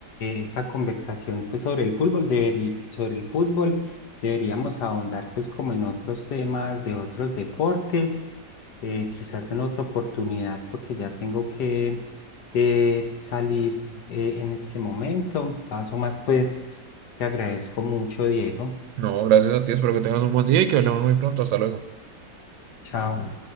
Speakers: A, on the left; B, on the right.
A: esa conversación pues sobre el fútbol, deberi- sobre el fútbol deberíamos ahondar pues como en otros temas de otros deportes, eh, quizás en otra oportunidad porque ya tengo que eh, salir eh, en este momento. De todas formas, pues te agradezco mucho, Diego.
B: No, gracias a ti, espero que tengas un buen día y que hablemos muy pronto. Hasta luego.
A: Chao.